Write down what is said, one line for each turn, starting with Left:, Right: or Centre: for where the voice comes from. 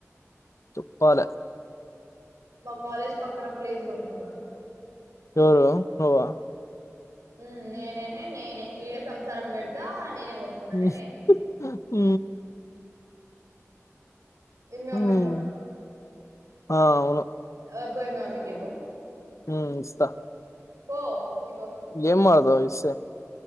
Left: చెప్పాలే
Right: మా కాలేజ్ పక్కన ప్లేస్ కొనుక్కున్నరు.
Left: ఎవరు నువ్వా?
Right: ఉమ్ నేనేనే నేనే ఈడ సంసారం బెడుత నేనే కొనుక్కున్నానే
Left: ఉమ్మ్
Right: నేనే ఇదిమ
Left: హ్మ్.
Right: అమ్మి ఫోన్నా
Left: ఆ అవును.
Right: ఆ పో నానికియ్ పో
Left: ఉమ్ ఇస్తా
Right: పో ఇపో
Left: ఏంమాదువ సేమ్